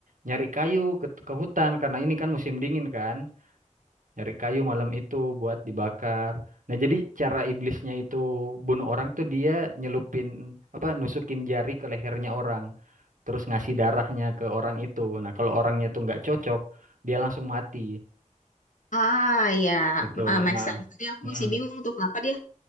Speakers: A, on the right; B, on the left.
A: nyari kayu ke, ke hutan karena ini kan musim dingin kan. Nyari kayu malam itu buat dibakar. Nah, jadi cara iblisnya itu bunuh orang tuh dia nyelupin apa nusukin jari ke lehernya orang, terus ngasih darahnya ke orang itu. Nah, kalau orangnya tuh nggak cocok, dia langsung mati
B: Ah ya,
A: gitu.
B: ah, make
A: Ah.
B: sense. Jadi aku
A: Mm-mm.
B: masih bingung tuh kenapa dia